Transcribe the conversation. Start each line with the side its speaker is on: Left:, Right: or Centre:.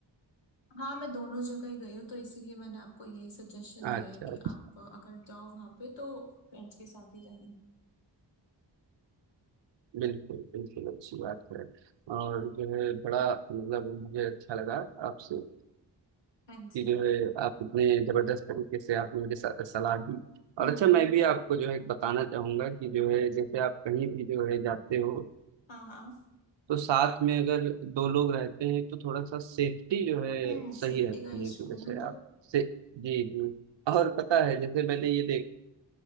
Left: हाँ मैं दोनों जगह ही गई हूँ तो इसीलिए मैंने आपको यही सजेशन दिया
Right: अच्छा
Left: है कि
Right: अच्छा।
Left: आप अ, अगर जाओ वहां पे तो पेरेंट्स के साथ ही जाना
Right: बिल्कुल बिल्कुल अच्छी बात है और जो है बड़ा मतलब मुझे अच्छा लगा आपसे
Left: हाँ जी
Right: कि जो है आप इतने जबरदस्त तरीके से आपने मुझे सा- सलाह दी और
Left: हम्म
Right: अच्छा
Left: हम्म
Right: मैं भी आपको जो है बताना चाहूंगा कि जो है जैसे आप कहीं भी जो है जाते हो
Left: हाँ हाँ
Right: तो साथ में अगर दो लोग रहते हैं तो थोड़ा सा सेफ्टी जो है
Left: हम्म
Right: सही
Left: सेफ्टी
Right: रहती
Left: का इशू
Right: है कि जैसे
Left: है ना तो
Right: आप से जी जी और पता है जैसे मैंने ये देखा